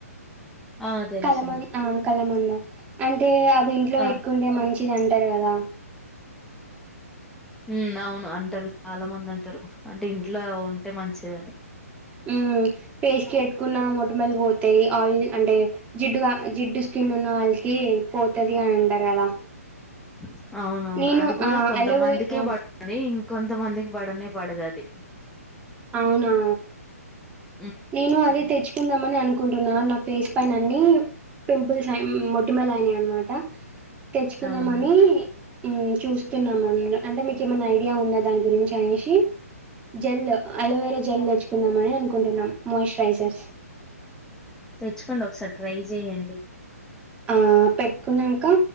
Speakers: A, in the centre; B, on the right.
A: ఆ తెలుసండి
B: కలమన్ ఆ కలమంద. అంటే అ ఇంట్లో
A: ఆ
B: ఎట్టుకుంటే మంచి ఇది అంటరు గదా
A: ఊఁ అవును అంటరు చాలా మంది అంటరు అంటే ఇంట్లో ఉంటే మంచిదని
B: ఉమ్ ఫేస్ కెట్టుకున్నా మొటిముల పోతయి ఆయిల్ అంటే జిడ్డుగా జిడ్డు స్కిన్ ఉన్న వాళ్ళకీ పోతది అని అంటరు గదా
A: <unintelligible> అవునవును
B: నేను
A: అది కుడా
B: ఆ!
A: కొంతమందికే
B: అలోవె ఆ!
A: పడుతదీ కొంతమందికి బడనే పడదు అది.
B: అవునా!
A: ఉ.
B: నేను అదే తెచ్చుకుందామని అనుకుంటున్నా నా ఫేస్ పైన అన్నీ పింపుల్స్ అం మొటిమలు అయినాయన్న మాట. తెచ్చుకున్నామనీ
A: అవునా
B: ఉమ్ చూస్తున్నాం అందులో అంటే మీకు ఏమైన్న ఐడియా ఉందా దాని గురించి అనేసి జెల్ అలోవేర జెల్ తెచ్చుకుందామని అనుకుంటున్నాం. మాయిశ్చరైజర్స్.
A: తెచ్చుకోండి ఒకసారి ట్రై చేయండి.
B: ఆ పెట్ కున్నంకా